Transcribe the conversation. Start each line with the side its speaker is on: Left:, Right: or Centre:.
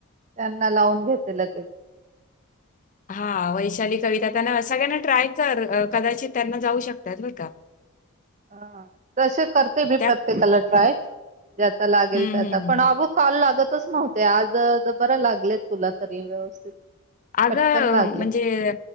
Right: त्यांना लावून घेते लगेच
Left: हा वैशाली कविता त्यांना सगळ्यांना ट्राय कर कदाचित त्यांना जाऊ शकतात ब का
Right: <inaudible> ह तसे करते मी
Left: त्या
Right: प्रत्येकाला ट्राय ज्याचा लागेल
Left: हं,
Right: त्याचा
Left: हं, हं.
Right: पण आवो काल लागतच नव्हते आज बरं लागलेत तुला तरी व्यवस्थित
Left: अगं
Right: पटकन लागले
Left: म्हणजे